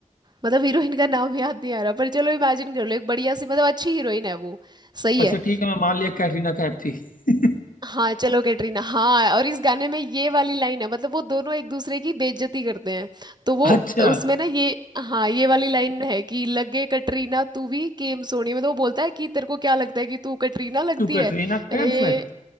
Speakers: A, on the right; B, on the left.
A: मतलब हीरोइन का नाम याद नहीं आ रहा पर चलो इमेजिन कर लो एक बढ़िया सी मतलब अच्छी हीरोइन है वो सही
B: अच्छा
A: है
B: ठीक है मैं मान लिया कैटरीना कैफ थी <laughs>
A: हाँ चलो कैटरीना हाँ और इस गाने में ये वाली लाइन है मतलब वो दोनों एक दूसरे की बेइज्जती करते हैं तो वो
B: अच्छा
A: उसमें ना ये हाँ ये वाली लाइन है कि लगे कटरीना तू भी केम सोनी मतलब वो बोलता है कि तेरे को क्या लगता है कि तू कटरीना लगती
B: तू कैटरीना
A: है
B: कैफ
A: ए,
B: है